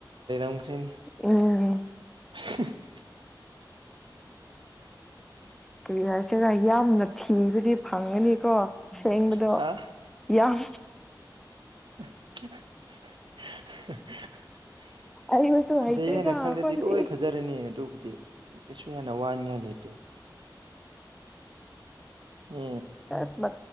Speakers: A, on the right; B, in the centre.
A: ꯁ
B: ꯎꯝ
A: <unintelligible>
B: ꯀꯔꯤ ꯍꯥꯏꯁꯤꯔꯥ ꯌꯥꯝꯅ ꯊꯤꯕꯗꯤ ꯐꯪꯒꯅꯤꯀꯣ ꯁꯦꯡꯕꯗꯣ
A: ꯍꯥ
B: ꯌꯥꯝ
A: <unintelligible>
B: ꯑꯩꯅꯁꯨ
A: ꯐꯖꯩ
B: ꯍꯩꯇꯦꯗ
A: ꯍꯥꯏꯅ ꯈꯜꯂꯗꯤ
B: ꯑꯩꯈꯣꯏꯗꯤ
A: ꯂꯣꯏ ꯐꯖꯔꯅꯤ ꯑꯗꯨꯕꯨꯗꯤ ꯀꯩꯁꯨ ꯍꯦꯟꯅ ꯋꯥꯅꯤꯡꯉꯥꯏ ꯂꯩꯇꯦ ꯃꯤ
B: ꯑꯁ ꯃꯥ